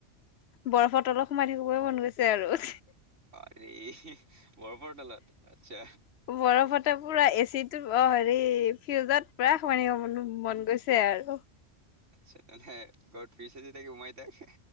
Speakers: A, on the left; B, on the right.
A: বৰফত অলপ সোমাই থাকিব মন গৈছে আৰু।
B: আৰে বৰফৰ তলত আচ্ছা
A: বৰফতে পুৰা এচি। অ হেৰি ফিউজত পায় সমান মন গৈছে আৰু।
B: আচ্ছা তেনে ঘৰত পিচ তাকে উমাই থাক